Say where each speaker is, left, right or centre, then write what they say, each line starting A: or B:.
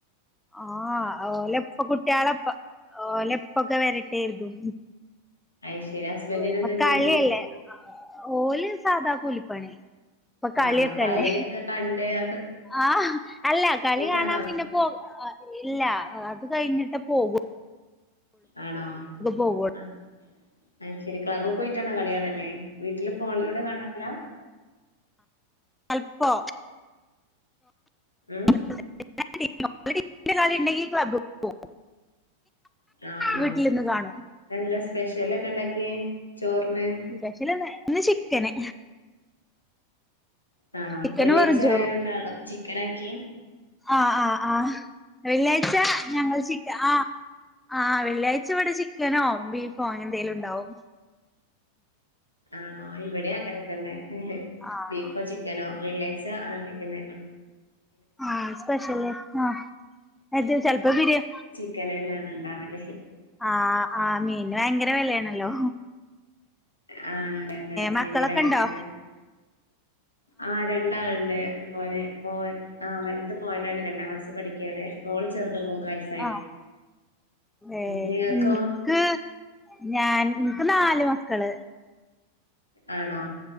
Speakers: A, in the centre; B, on the left.
A: ആഹ് ഓലെപ്പ കുട്ട്യാളെപ്പ ഓലെപ്പൊക്കെ വരട്ടേര്തും
B: അയ് ശരി ഹസ്ബൻഡിന്
A: ന്നപ്പ
B: എന്താ
A: കളിയല്ലേ,
B: ജോലി
A: ഓല് സാധാ കൂലിപ്പണി. ഇപ്പൊ കളിയൊക്കല്ലേ
B: ആണോ കളിയൊക്കെ കണ്ട് അതൊക്കെ
A: ആഹ് അല്ല കളി
B: കഴിഞ്ഞിട്ടാണോ
A: കാണാൻ പിന്നെ പോ ആഹ്, ഇല്ല അത് കഴിഞ്ഞിട്ടെ പോകു
B: ആണോ?
A: പോകുള്ളൂ
B: ആ അയ്ശേരി ക്ലബി പോയിട്ടാണൊ കളിയാൺ അല് വീട്ടില് ഫോൺലൂടെ കാണാർല
A: അൽപോ
B: ഉം
A: <unintelligible>
B: ആണോ
A: വീട്ടിലിരുന്ന് കാണും
B: എന്താ സ്പെഷ്യലൊക്കെ ഉണ്ടാക്കിയേ ചോറിന്.
A: സ്പെഷ്യലിന്ന് ഇന്ന് ചിക്കന്
B: ആണോ
A: ചിക്കനും
B: വെള്ളിയാഴ്ച്ചായോണ്ടാണോ
A: വെറും ചോറും
B: ചിക്കനാക്കിയെ
A: ആഹ് ആഹ് ആഹ് വെള്ളിയാഴ്ച ഞങ്ങള് ചിക്ക ആഹ് ആഹ് വെള്ളിയാഴ്ച ഇവടെ ചിക്കനോ ബീഫോ അങ്ങനെന്തേലും ഇണ്ടാവും
B: ആണോ ഇവടേ അങ്ങനെ തന്നെ
A: ആഹ്
B: ബീഫോ ചിക്കനോ വെള്ളിയാഴ്ച ആണെങ്കില്
A: ആഹ് സ്പെഷ്യല് ആഹ് എത് ചെൽപ്പ ബിരിയാ
B: ക്കലേലാണ് ഇണ്ടാവല്
A: ആഹ് ആഹ് മീൻ ഭയങ്കര വെലേണല്ലോ
B: ആഹ് അതെയതെ ഭയങ്കര
A: മക്കളൊക്കെ
B: വെലേണ്
A: ഉണ്ടോ
B: ആഹ് രണ്ടാള്ണ്ട് മോന് മോൻ ആഹ് വൽത് മോനാണ് രണ്ടാം ക്ലാസ്സി പഠിക്ക്യാണ് മോള് ചെറ്ത് മൂന്ന് വയസ്
A: ആഹ് ഏഹ്
B: നിങ്ങൾക്കോ
A: ഇൻക്ക് ഞാൻ ഇൻക്ക് നാല് മക്കള്
B: ആണോ